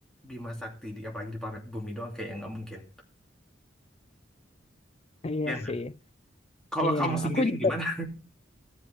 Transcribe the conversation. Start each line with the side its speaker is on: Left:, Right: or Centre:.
Centre: Bima Sakti di apalagi di planet bumi doang kayak nggak mungkin
Left: iya
Centre: ya nggak?
Left: sih.
Centre: kalau
Left: Iya,
Centre: kamu sendiri
Left: aku juga
Centre: gimana